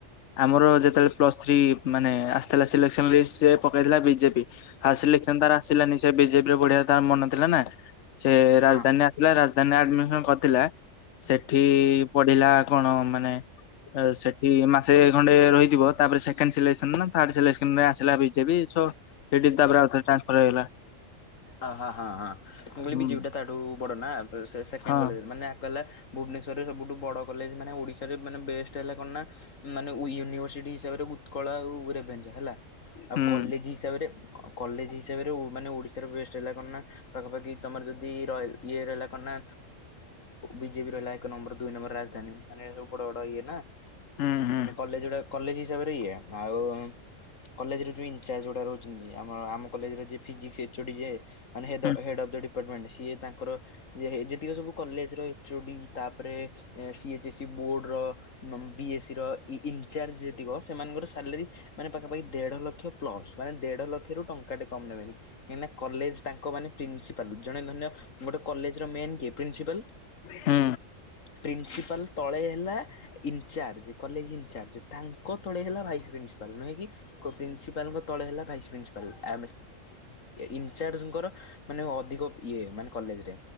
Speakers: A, on the left (about 70°); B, on the left (about 90°).
A: ଆମର ଯେତେବେଳେ ପ୍ଲସ ଥ୍ରି ମାନେ ଆସିଥିଲା ସିଲେକ୍ସନ୍ ଲିଷ୍ଟି ରେ ପକେଇଥିଲା ବିଜେପି। ଫାଷ୍ଟ ସିଲେକ୍ସନ ତାର ଆସିଲାନି ସେ ବିଜେପି ରେ ପଢ଼ିବାକୁ ତାର ମନ ଥିଲାନା ସେ ରାଜଧାନୀ
B: ହଁ।
A: ଆ ରାଜଧାନୀରେ ଆଡମିସନ କରିଥିଲା ସେଠି ପଢିଲା କଣ ମାନେ ସେଠି ମାସେ ଖଣ୍ଡେ ରହିଥିବ ତାପରେ ସେକଣ୍ଡ ସିଲେସନ ନା ଥାର୍ଡ ସିଲେସନ ରେ ଆସିଲା ବିଜେପି ସ ସେଠି ତାପରେ ଆ ଟ୍ରାନ୍ସଫର୍ ହେଇଗଲା
B: ଅ ହ ହଁ ହଁ ମୁଁ କହିଲି
A: ହୁଁ
B: ବିଜେପି ଟା ତାଠୁ ବଡ ନା ସେକେଣ୍ଡ
A: ହଁ
B: କଲେ ମାନେ ଆକୁ ହେଲା ଭୁବନେଶ୍ୱରରେ ସବୁଠୁ ବଡ଼ କଲେଜ ମାନେ ଓଡ଼ିଶାରେ ମାନେ ବେଷ୍ଟ ହେଲା କଣ ନା ମାନେ ୟନି ଭର୍ସସିଟି ହିସାବ ରେ ଉତ୍କଳ ଆଉ ରେଭେନ୍ସା ହେଲା ଆଉ
A: ହୁଁ
B: କଲେଜ ହିସାବରେ କଲେଜ ହିସାବରେ ମାନେ ଓଡ଼ିଶାର ବେଷ୍ଟ ହେଲା କଣ ନା ପାଖାପାଖି ତମର ଯଦି ରଲ ଇଏ ରହିଲା କଣ ନା ବିଜେପି ରହିଲା ଏକ ନମ୍ବର ଦୁଇ ନମ୍ବର ରାଜଧାନୀ ମାନେ ସବୁ ବଡ ବଡ ଇଏ ନା
A: ହୁଁ ହୁଁ
B: ମାନେ କଲେଜ ଗୁଡା କଲେଜ ହିସାବରେ ଇଏ ଆଉ କଲେଜର ଯୋଉଁ ଇନଚାର୍ଜ ଗୁଡା ରହୁଛନ୍ତି ଆମର ଆମ କଲେଜର ଫିଜିକ୍ସ ହେଚ ଓ ଡି ଯିଏ ମାନେ ହେଡ
A: ହୁଁ
B: ଅଫ ଦି ଡିପାର୍ଟମେଣ୍ଟ ସିଏ ତାଙ୍କର ଯେ ଯେତିକି ସବୁ କଲେଜର ଏଚ୍ ଓ ଡ଼ି ତାପରେ ସି ଏଚ୍ ଏସ୍ସି ବୋର୍ଡ଼ର ବି ଏ ସି ର ଇନଚାର୍ଜ ଯେତି କ ସେମାନଙ୍କର ସାଲାରୀ ମାନେ ପାଖାପାଖି ଦେଢ ଲକ୍ଷ ପ୍ଲସ ମାନେ ଦେଢ ଲକ୍ଷ ରୁ ଟଙ୍କା ଟେ କମ ନେବେନି କାହିଁକିନା କଲେଜ ତାଙ୍କ ମାନେ ପ୍ରିନ୍ସିପାଲ ଜଣେ ଧନ୍ୟ ଗୋଟେ କଲେଜର ମେନ୍ କିଏ ପ୍ରିନ୍ସିପାଲ
A: ହୁଁ
B: ପ୍ରିନ୍ସିପାଲ ତଳେ ହେଲା ଇନଚାର୍ଜ କଲେଜ ଇନଚାର୍ଜ ତାଙ୍କ ତଳେ ହେଲା ଭାଇସ୍ ପ୍ରି ନୁହେଁ କି ପ୍ରିନ୍ସିପାଲଙ୍କ ତଳେ ହେଲା ଭାଇସ୍ ପ୍ରିନ୍ସିପାଲ ଆ ଇନଚାର୍ଜଙ୍କର ମାନେ ଅଧିକ ଇଏ ମାନେ କଲେଜରେ